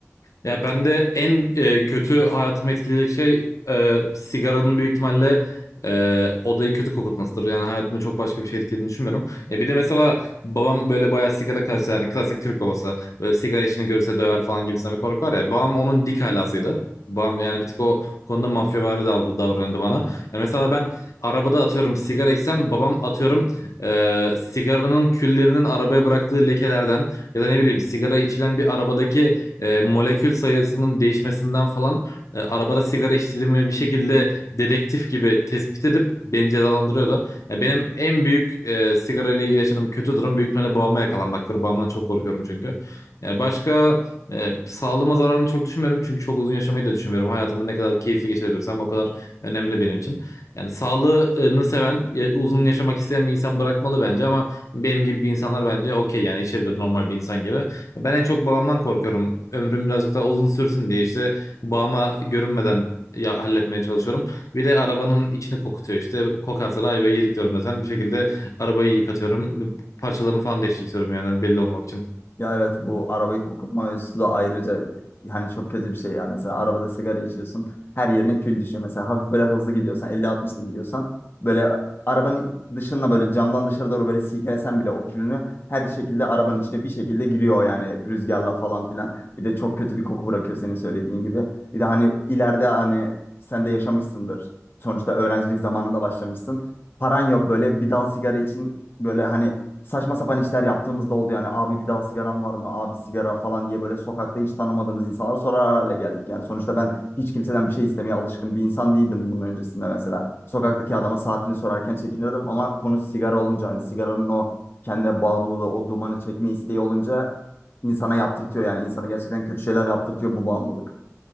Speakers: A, on the left; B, on the left.
A: Ya ben de en e, kötü hayatımı etkileyecek şey e, sigaranın büyük ihtimalle e, odayı kötü kokutmasıdır. Yani hayatımı çok başka bir şey etkilediğini düşünmüyorum. E, bir de mesela babam böyle bayağı sigara karşı yani klasik Türk babası. Böyle sigara içini görse döver falan gibisinden bir korku var ya. Babam onun dik halasıydı. Babam yani bir tık o konuda mafyavari dav- davranıyordu bana. Yani mesela ben arabada atıyorum sigara içsem babam atıyorum e, sigaranın küllerinin arabaya bıraktığı lekelerden ya da ne bileyim sigara içilen bir arabadaki e, molekül sayısının değişmesinden falan e, arabada sigara içtiğimi bir şekilde dedektif gibi tespit edip beni cezalandırıyordu. Ya benim en büyük e, sigara ile ilgili yaşadığım kötü durum büyük ihtimalle babama yakalanmaktır. Babamdan çok korkuyorum çünkü. Yani başka e, sağlığıma zararını çok düşünmüyorum çünkü çok uzun yaşamayı da düşünmüyorum. Hayatımı ne kadar keyifli geçirebilirsem o kadar önemli benim için. Yani sağlığını seven, ya- uzun yaşamak isteyen bir insan bırakmalı bence ama benim gibi bir insanlar bence okey yani içebilir normal bir insan gibi. Ben en çok babamdan korkuyorum. Ömrüm birazcık daha uzun sürsün diye işte babama görünmeden ya halletmeye çalışıyorum. Bir de arabanın içini kokutuyor işte. Kokarsa da ayvayı yedik diyorum zaten. Bir şekilde arabayı yıkatıyorum. Parçalarını falan değiştiriyorum yani belli olmamak için.
B: Ya evet bu arabayı kokutma mevzusu da ayrıca hani çok kötü bir şey ya. Mesela arabada sigara içiyorsun her yerine kül düşüyor. Mesela hafif böyle hızlı gidiyorsan elli altmışta gidiyorsan böyle arabanın dışına böyle camdan dışarı doğru böyle silkelesen bile o külünü her şekilde arabanın içine bir şekilde giriyor yani rüzgarla falan filan. Bir de çok kötü bir koku bırakıyor senin söylediğin gibi. Bir de hani ileride hani sen de yaşamışsındır. Sonuçta öğrencilik zamanında başlamışsın. Paran yok böyle bir dal sigara için böyle hani saçma sapan işler yaptığımızda oldu yani. Abi bir daha sigaran var mı? Abi sigara falan diye böyle sokakta hiç tanımadığımız insanlar sorar hale geldik. Yani sonuçta ben hiç kimseden bir şey istemeye alışkın bir insan değildim bunun öncesinde mesela. Sokaktaki adama saatini sorarken çekinirdim ama konu sigara olunca hani sigaranın o kendine bağımlılığı, o dumanı çekme isteği olunca insana yaptırtıyor yani. insana gerçekten kötü şeyler yaptırtıyor bu bağımlılık.